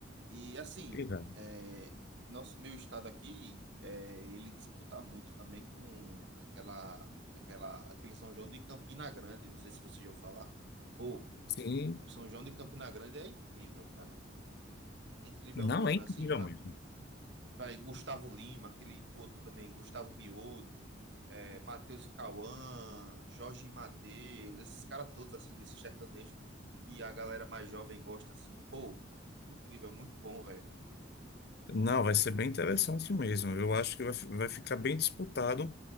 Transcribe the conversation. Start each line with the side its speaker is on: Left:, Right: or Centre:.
Right: E assim,
Left: Exato.
Right: é, nosso meu estado aqui, é, ele disputa muito também com aquela, aquela, aquele São João de Campina Grande. Não sei se você já ouviu falar. Pô,
Left: Sim,
Right: o São João de Campina Grande é incrível, cara. Incrível
Left: não
Right: mesmo.
Left: é incrível
Right: Assim, vai,
Left: mesmo.
Right: vai Gustavo Lima, aquele outro também, Gustavo Mioto, é, Matheus e Cauã, Jorge e Matheus, esses caras todos, assim, desse sertanejo que a galera mais jovem gosta, assim. Pô, incrível, muito bom, velho.
Left: Não, vai ser bem interessante mesmo, eu acho que vai, fi- vai ficar bem disputado